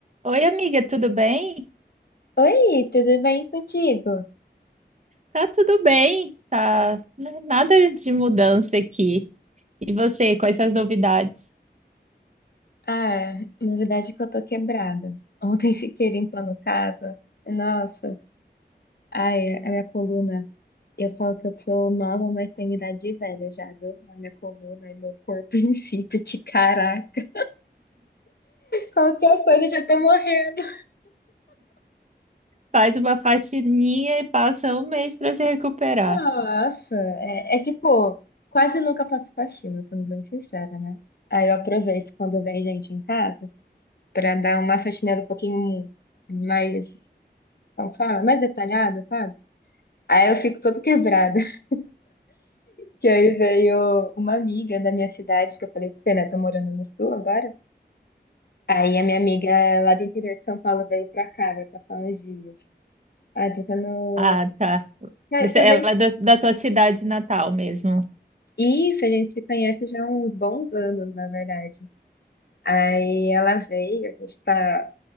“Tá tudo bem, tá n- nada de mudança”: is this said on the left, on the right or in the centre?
Right